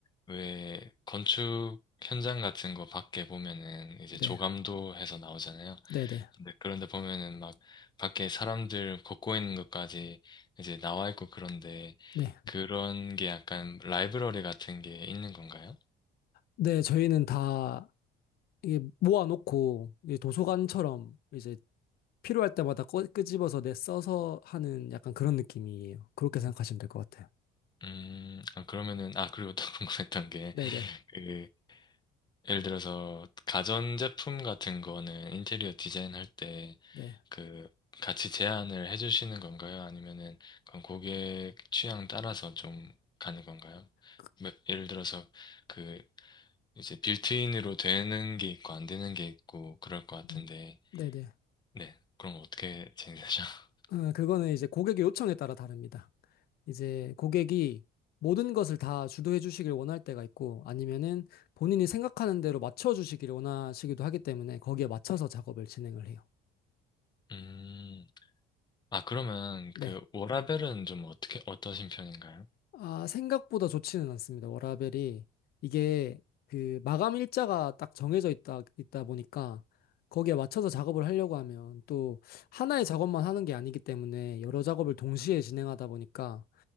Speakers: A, on the left; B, on the left.
A: 왜, 건축 현장 같은 거 밖에 보면은, 이제
B: 네.
A: 조감도 해서 나오잖아요.
B: 네, 네.
A: 근데 그런데 보면은 막, 밖에 사람들 걷고 있는 것까지 이제 나와 있고 그런데,
B: 네.
A: 그런 게 약간 라이브러리 같은 게 있는 건가요?
B: 네, 저희는 다 이게 모아놓고 이제 도서관처럼 이제 필요할 때마다 꺼, 끄집어서 내 써서 하는 약간 그런 느낌이에요. 그렇게 생각하시면 될 것 같아요.
A: 음, 아, 그러면은, 아, 그리고 또 <laughs> 궁금했던 게,
B: 네네.
A: 그, 예를 들어서, 가전제품 같은 거는 인테리어 디자인 할때
B: 네.
A: 그 같이 제안을 해주시는 건가요? 아니면은 그건 고객 취향 따라서 좀 가는 건가요?
B: 그-
A: 뭐, 예를 들어서 그 이제 빌트인으로 되는 게 있고 안 되는 게 있고 그럴 것 같은데
B: 음, 네네.
A: 네 그럼 어떻게 진행되죠? <laughs>
B: 어, 그거는 이제 고객의 요청에 따라 다릅니다. 이제 고객이 모든 것을 다 주도해 주시길 원할 때가 있고 아니면은 본인이 생각하는 대로 맞춰 주시길 원하시기도 하기 때문에 거기에 맞춰서 작업을 진행을 해요.
A: 음, 아 그러면
B: 네.
A: 그 워라벨은 좀 어떻게 어떠신 편인가요?
B: 아, 생각보다 좋지는 않습니다. 워라벨이 이게 그 마감 일자가 딱 정해져 있다 있다 보니까 거기에 맞춰서 작업을 하려고 하면 또 하나의 작업만 하는 게 아니기 때문에 여러 작업을 동시에 진행하다 보니까